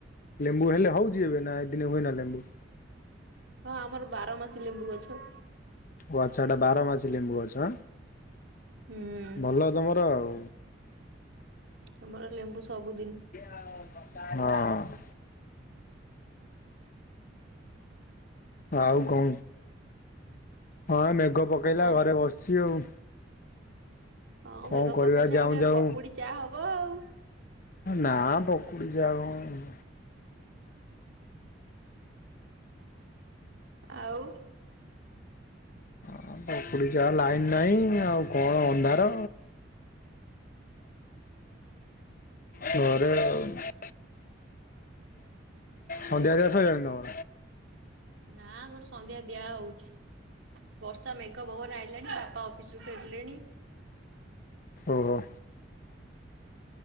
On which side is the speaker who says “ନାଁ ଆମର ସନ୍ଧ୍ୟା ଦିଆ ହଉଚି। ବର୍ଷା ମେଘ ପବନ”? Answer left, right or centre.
Right